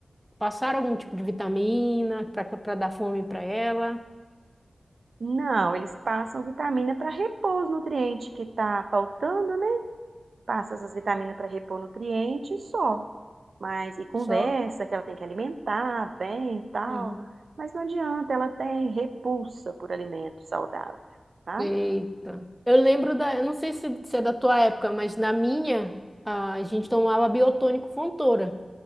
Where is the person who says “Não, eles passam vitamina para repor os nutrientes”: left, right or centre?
Right